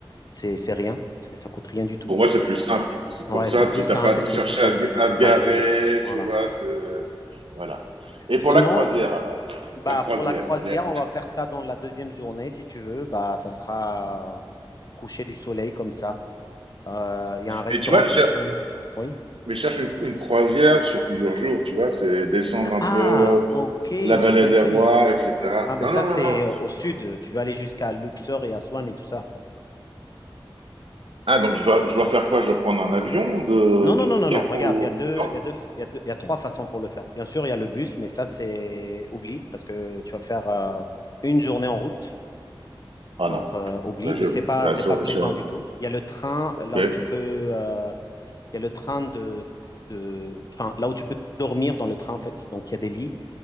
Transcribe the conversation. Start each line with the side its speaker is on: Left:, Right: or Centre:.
Left: c'est, c'est rien. C'est, ça coûte rien du tout.
Right: Pour moi, c'est plus simple. C'est comme
Left: Ouais,
Right: ça,
Left: c'est plus
Right: tu
Left: simple
Right: t'as pas à te
Left: et c'est
Right: chercher
Left: plus facile
Right: à, te
Left: pour
Right: à te
Left: parquer.
Right: garer,
Left: Voilà.
Right: tu vois. c'est- euh, voilà. Et
Left: Sinon,
Right: pour la croisière, alors.
Left: bah,
Right: La croisière.
Left: pour la croisière,
Right: j'ai-
Left: on va faire ça dans la deuxième journée, si tu veux. Bah, ça sera euh, coucher du soleil comme ça. Euh, Il y a un restaurant
Right: Mais tu vois, je
Left: très
Right: cher-
Left: connu. Oui.
Right: mais je cherche une, une croisière sur plusieurs jours, tu vois. C'est descendre un
Left: Ah,
Right: peu
Left: ok,
Right: la
Left: j'ai
Right: vallée
Left: compris.
Right: des rois, etc.
Left: Ah, ben
Right: Non,
Left: ça,
Right: non,
Left: c'est
Right: non, non.
Left: euh, au sud. Tu vas aller jusqu'à Luxor et Aswan et tout ça.
Right: Ah, donc je dois, je dois faire quoi? Je dois prendre un avion de,
Left: Non, non, non,
Right: du
Left: non,
Right: Caire
Left: non. Regarde,
Right: ou...
Left: il y a deux,
Right: Non?
Left: il y a deux, il y a deux- il y a trois façons pour le faire. Bien sûr, il y a le bus, mais ça, c'est oublie parce que tu vas faire euh, une journée en route.
Right: Ah
Left: Donc,
Right: non.
Left: euh, oublie.
Right: Là, je,
Left: Et c'est pas,
Right: là,
Left: c'est
Right: sur,
Left: pas plaisant
Right: sur-
Left: du tout. Il y a le train
Right: Ok,
Left: là où tu peux, euh, il y a le train de, de, enfin, là où tu peux dormir dans le train, en fait. Donc, il y a des lits.